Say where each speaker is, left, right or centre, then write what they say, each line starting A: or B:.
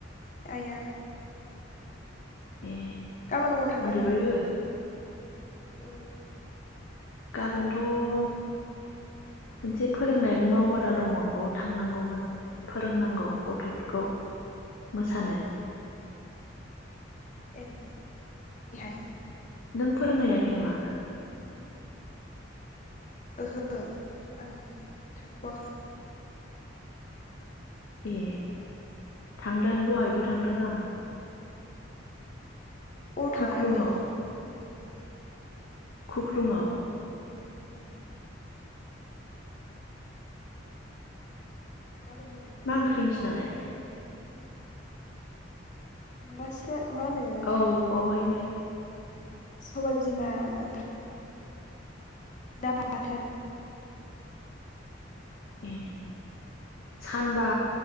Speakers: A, on the left; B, on the left.
A: आइआ
B: ए
A: गाबोन अबाव थांगोन
B: उन्दुबायबो
A: नों? औ
B: गाबोनथ' मोनसे फोरोंनाय मावबादा दङ बेयाव थांनांगौमोन फोरोंनांगौ गथ'फोरखौ मोसानो
A: ए बेहाय
B: नों फोरोंहैयाखै नामा?
A: ओहो आं थांथ'वाखै
B: ए थांदों दहायबो थांदों आं
A: अ
B: खुख्लुङाव
A: थाङा दहायलाय? ए
B: खुख्लुंआव
A: ए गाबोनबो थांगोन
B: मा
A: बेयावनो
B: ओंख्रि नोंसिनालाय
A: माबासो मा होनो
B: औ बावहायनो
A: सबायबिमा ओमफ्राय ना बाथोन
B: ए सानबा